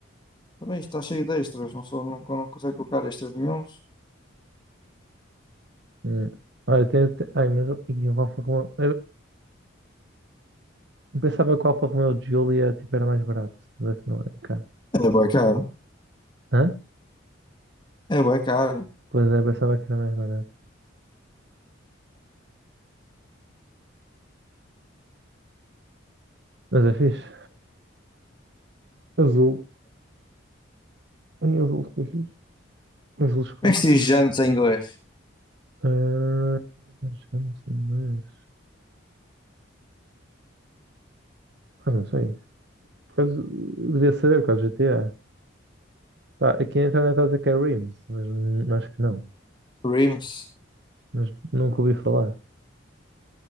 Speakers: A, on the left; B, on the right.
A: Também está cheio de extras, não, sou, não, não consegue colocar extras nenhuns.
B: Hum. Olha, tem, tem, ai, mas o- ih, o Alfa Romeo. Eu pensava que o Alfa Romeo Giulia tipo, era mais barato, mas não é cá.
A: É bem caro.
B: Hã?
A: É bem caro.
B: Pois é, pensava que era mais barato. Mas é fixe. Azul. Em azul ficou fixe. Azul escuro.
A: Como é que se diz jantes em inglês?
B: Ah, mas não sei, mas. Ah, não sei. Por causa... Devia saber por causa do GTA. Pá, aqui na internet está a dizer que é Rims, mas n- acho que não.
A: Rims.
B: Mas nunca ouvi falar.